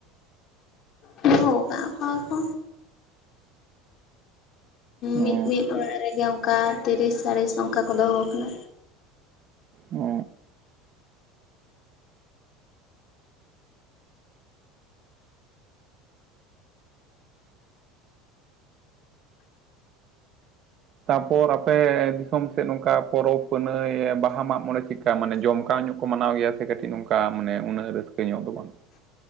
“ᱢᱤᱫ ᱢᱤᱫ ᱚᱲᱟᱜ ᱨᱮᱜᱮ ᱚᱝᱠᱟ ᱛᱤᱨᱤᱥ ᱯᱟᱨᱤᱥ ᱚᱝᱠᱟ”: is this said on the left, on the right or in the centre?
Left